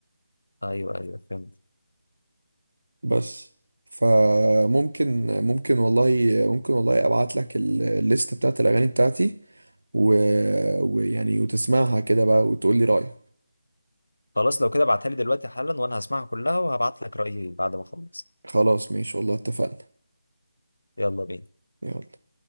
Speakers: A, on the left; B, on the right.
A: ايوه ايوه فهمت
B: بس فممكن ممكن والله ممكن والله ابعت لك ال- الليست بتاعت الاغاني بتاعتي و... ويعني وتسمعها كده بقى وتقول لي رايك
A: خلاص لو كده ابعتها لي دلوقتي حالا وانا هسمعها كلها وهبعت لك رأيي بعد ما اخلص
B: خلاص ماشي والله اتفقنا
A: يلا بينا
B: يلا